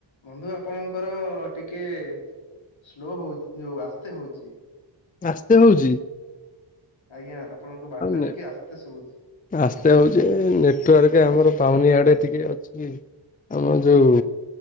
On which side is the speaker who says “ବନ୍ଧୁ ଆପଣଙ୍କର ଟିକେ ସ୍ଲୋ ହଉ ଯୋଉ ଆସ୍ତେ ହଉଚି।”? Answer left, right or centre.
Left